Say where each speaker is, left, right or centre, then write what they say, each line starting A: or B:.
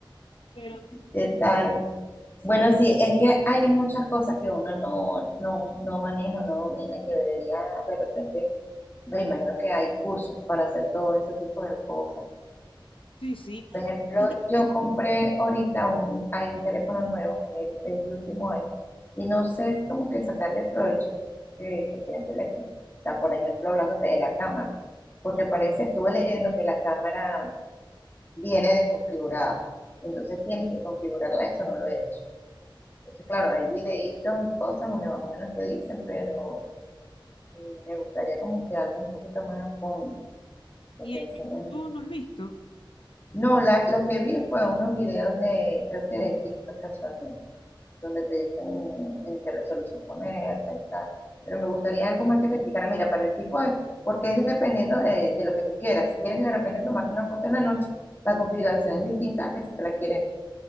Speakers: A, on the left; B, on the left.
A: Pero
B: ¿qué tal?
A: sí,
B: Bueno, sí, es que hay muchas cosas que uno no, no, no maneja, no domina, y que debería de repente, me imagino que hay cursos para hacer todo ese tipo de cosas.
A: Sí, sí.
B: Por ejemplo,
A: Hay gente
B: yo
A: que
B: compré ahorita un, hay un teléfono nuevo, el, el último iPhone, y no sé como que sacarle el provecho que, que tiene el teléfono. O sea, por ejemplo, hablándote de la cámara, porque
A: inventa.
B: parece, estuve leyendo que la cámara viene desconfigurada, entonces tienes que configurarla, eso no lo he hecho. Entonces, claro, hay videitos y cosas donde más o menos te dicen, pero mm, me gustaría como que algo un poquito más a fondo, que
A: Y
B: te
A: en
B: enseñen.
A: YouTube no has visto.
B: No, la- lo que vi fue unos videos de, creo que de TikTok casualmente, donde te dicen en qué resolución ponerla y tal. Pero me gustaría algo más que te explicara, mira, para el tipo de, porque es dependiendo de, de lo que tú quieras. Si quieres de repente tomarte una foto en la noche, la configuración es distinta a que si te la quieres